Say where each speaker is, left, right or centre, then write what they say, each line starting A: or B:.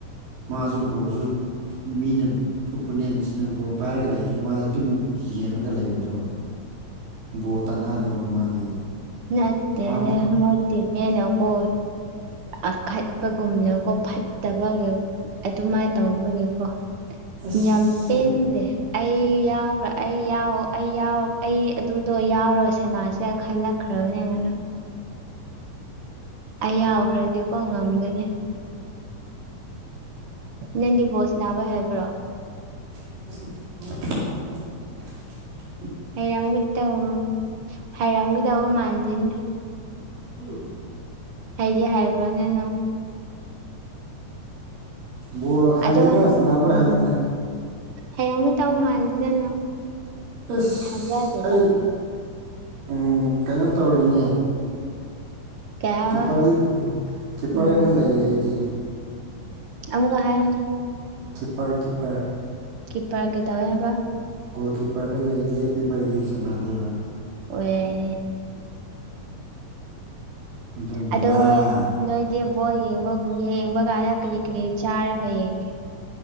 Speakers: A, on the right; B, on the right.
A: ꯃꯥꯖꯨ ꯕꯣꯜꯖꯨ ꯃꯤꯅ ꯑꯣꯄꯣꯅꯦꯟꯁꯅ ꯕꯣꯜ ꯄꯥꯏꯔꯒ ꯂꯩꯖꯨ ꯃꯥꯖꯨ ꯗꯨꯝ ꯌꯦꯡꯉꯒ ꯂꯩꯕꯗꯣ ꯕꯣꯜ ꯇꯅꯥꯗꯦꯕ ꯃꯥꯗꯤ
B: ꯅꯠꯇꯦꯅꯦ
A: ꯍꯥ
B: ꯃꯣꯏ ꯇꯤꯝꯃꯦꯠꯅ ꯀꯣ ꯑꯈꯠꯄꯒꯨꯝꯅ ꯀꯣ ꯐꯠꯇꯕꯒꯤ ꯑꯗꯨꯃꯥꯏ ꯇꯧꯕꯒꯤꯀꯣ
A: ꯑꯁ
B: ꯌꯥꯝ ꯄꯦꯟꯗꯦ ꯑꯩ ꯌꯥꯎꯈ꯭ꯔꯥ ꯑꯩ ꯌꯥꯎ ꯑꯩ ꯌꯥꯎ ꯑꯩ ꯑꯗꯨꯗꯣ ꯌꯥꯎꯔ ꯁꯅꯥꯁꯦꯔ ꯈꯜꯂꯛꯈ꯭ꯔꯕꯅꯦ ꯉꯌꯥꯡ ꯑꯩ ꯌꯥꯎꯈ꯭ꯔꯗꯤꯀꯣ ꯉꯝꯒꯅꯤ ꯅꯪꯗꯤ ꯕꯣꯜ ꯁꯅꯥꯕ ꯍꯩꯕ꯭ꯔꯣ
A: <unintelligible>
B: ꯍꯩꯔꯝꯒꯗꯕ ꯍꯩꯔꯝꯒꯗꯕ ꯃꯥꯟꯗꯦꯅꯦ
A: ꯎꯝ
B: ꯍꯩꯗꯤ ꯍꯩꯕ꯭ꯔꯥꯅꯦ ꯅꯪ
A: ꯕꯣꯜ ꯍꯩꯌꯦꯗ
B: ꯑꯗꯣ
A: ꯁꯟꯅꯕ
B: ꯎꯝ
A: ꯍꯩꯌꯦꯗ
B: ꯍꯩꯔꯝꯒꯗꯧꯕ ꯃꯥꯟꯗꯦꯗ ꯅꯪ
A: ꯑꯁ
B: ꯊꯥꯖꯗꯦꯗ
A: ꯑꯩ ꯎꯝ ꯀꯩꯅꯣ ꯇꯧꯔꯤꯅꯦ
B: ꯀꯩ ꯍꯥꯏꯕ
A: ꯀꯤꯄꯔ ꯎꯝ ꯀꯤꯄꯔꯒ
B: ꯎꯝ
A: ꯂꯩꯌꯦ ꯑꯩꯗꯤ
B: ꯑꯃꯨꯛꯀ ꯍꯥꯏꯌꯣꯅꯦ
A: ꯀꯤꯄꯔ ꯀꯤꯄꯔ
B: ꯀꯤꯄꯔ ꯀꯩꯗꯧꯋꯦ ꯍꯥꯏꯕ
A: ꯒꯣꯜ ꯀꯤꯄꯔꯗ ꯂꯩ ꯂꯦꯞꯄꯦꯕ ꯑꯩꯗꯤ ꯁꯅꯥꯗꯦꯕ
B: ꯑꯣ ꯌꯥꯏꯌꯦ
A: ꯑꯗꯨꯒꯤꯅꯤꯗ
B: ꯑꯗꯣ
A: ꯑꯩꯈꯣꯏꯗꯤ
B: ꯅꯣꯏꯗꯤ ꯕꯣꯜ ꯌꯦꯡꯕꯕꯨ ꯌꯦꯡꯕ ꯀꯥꯟꯗ ꯀꯔꯤ ꯀꯔꯤ ꯆꯥꯔꯒ ꯌꯦꯡꯒꯦ